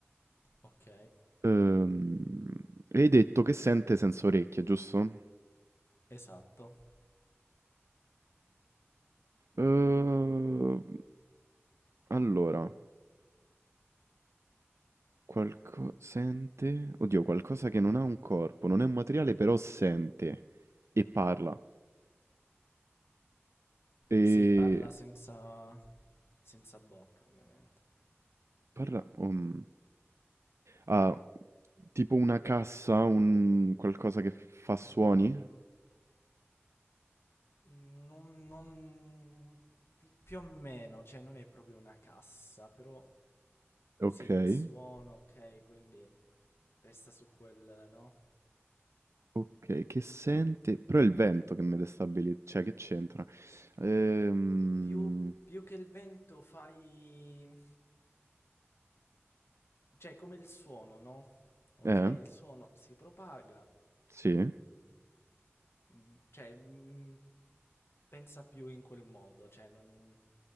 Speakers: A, on the left; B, on the right.
A: ok,
B: Ehm, e hai detto che sente senza orecchie, giusto?
A: esatto.
B: Ehm, allora, qualcosa... sente... Oddio, qualcosa che non ha un corpo, non è un materiale, però sente e parla. E...
A: Sì, parla senza, senza bocca, ovviamente.
B: Parla um, ha tipo una cassa, un qualcosa che fa suoni?
A: Mm, non, non- pi- più o meno, cioè, non è proprio una cassa, però
B: Okay.
A: sì, il suono, ok, quindi resta su quel, no?
B: Okay, che sente però è il vento che mi destabiliz cioè che c'entra? Ehm,
A: Più, più che il vento fai... Cioè, come il suono, no? Ok,
B: eh,
A: il suono si propaga,
B: sì,
A: mm, mm, cioè, mm, pensa più in quel modo, cioè, non,